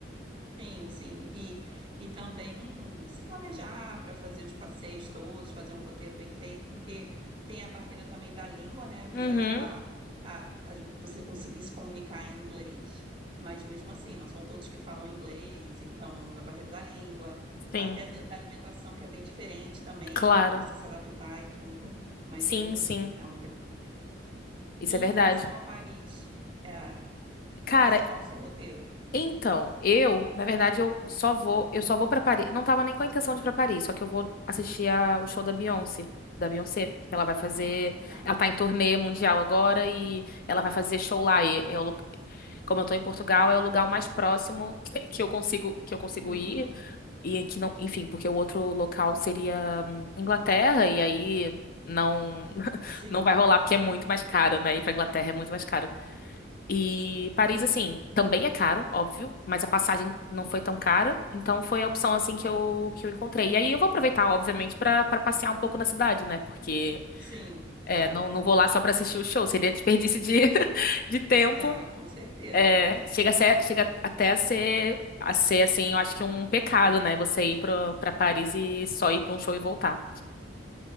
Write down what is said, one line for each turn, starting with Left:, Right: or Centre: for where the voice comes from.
Right: sim, sim. E, e também se planejar para fazer os passeios todos, fazer um roteiro bem feito, porque tem a barreira também da língua, né? Apesar
Left: Uhum,
Right: de lá a- às ve- você conseguir se comunicar em inglês, mas mesmo assim, não são todos que falam inglês, então a barreira da língua,
Left: sim,
Right: até da, da alimentação, que é bem diferente também,
Left: claro.
Right: para você se adaptar e tudo. Mas
Left: Sim,
Right: eu.
Left: sim.
Right: é um-
Left: Isso
Right: E em
Left: é verdade.
Right: relação a Paris. É,
Left: Cara,
Right: Quais, qual o seu roteiro?
Left: Então, eu, na verdade, eu só vou, eu só vou pra Paris. Não tava nem com a intenção de ir pra Paris, só que eu vou assistir a- o show da Beyoncé, da Beyoncé, que ela vai fazer,
Right: Ah, tá.
Left: ela tá em turnê mundial agora e ela vai fazer show lá. E é o lu- como eu tô em Portugal, é o lugar mais próximo <laughs> que eu consigo, que eu consigo
Right: Uhum.
Left: ir e que não, enfim, porque o outro local seria hum, Inglaterra e aí não <laughs>
Right: Sim,
Left: não vai rolar porque é muito
Right: <laughs>
Left: mais caro, né? Ir pra Inglaterra é muito mais caro. E Paris, assim, também é caro, óbvio, mas a passagem não foi tão cara, então foi a opção, assim, que eu, que eu encontrei. E aí eu vou aproveitar, obviamente, pra para passear um pouco na cidade, né? Porque
Right: sim, claro.
Left: é, não, não vou lá só pra assistir o show, seria desperdício de, <laughs> de tempo.
Right: Ah, com certeza.
Left: É, chega a ser- chega até a ser, a ser, assim, eu acho que um pecado, né? Você ir pra, pra Paris e só ir pra um show e voltar.